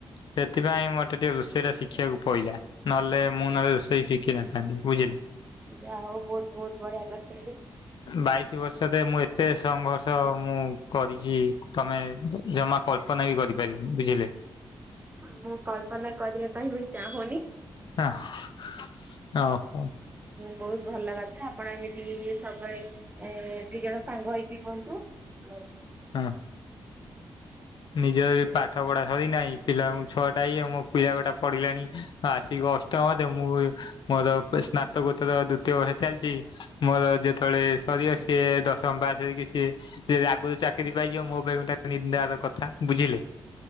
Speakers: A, on the left (about 65°); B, on the right (about 20°).
A: ସେଥିପାଇଁ ମତେ ଟିଏ ରୋଷେଇଟା ଶିଖିବାକୁ ପଇଲା। ନହେଲେ ମୁଁ ନହେଲେ ରୋଷେଇ ଶିଖି ନଥାନ୍ତି ବୁଝିଲେ।
B: ଯା ହଉ ବହୁତ ବହୁତ ବଢିଆ କରିଚନ୍ତି।
A: ବାଇଶି ବର୍ଷରେ ମୁଁ ଏତେ ତଂଘର୍ଷ ମୁଁ କରିଚି ତମେ ଜମା କଳ୍ପନା ବି କରିପାରିବ ବୁଝିଲେ।
B: ମୁଁ କଳ୍ପନା କରିବା ପାଇଁ ବି ଚାହୁଁନି।
A: ଆହଁ ହଁ।
B: ହଁ ବହୁତ ଭଲ କଥା ଆପଣ ଏମିତି ସବୁବେଳେ ଦି ଏ ଜଣ ସାଙ୍ଗ ହେଇକି ରୁହନ୍ତୁ। ଆଉ
A: ଆଁ ନିଜ ବି ପାଠ ପଢା ସରି ନାହିଁ ପିଲାଙ୍କୁ ଛଅଟାଇ ଏବଂ ପିଲା ଗୋଡାକ ପଢିଲାଣି ଆସିକି ଅଷ୍ଟମରେ ମୁଁ ମୋର ସ୍ନାତକୋତ୍ତର ଦ୍ଵିତୀୟ ହୋଇସାରିଚି। ମୋର ଯେତେବେଳେ ସରିବ ସିଏ ଦଶମ ପାସ ହେଇକି ସି ସେ ରାଗୁରୁ ଚାକିରି ପାଇଯିବ ମୋ ପାଇଁ ଗୋଟ ନିନ୍ଦାର କଥା ବୁଝିଲେ।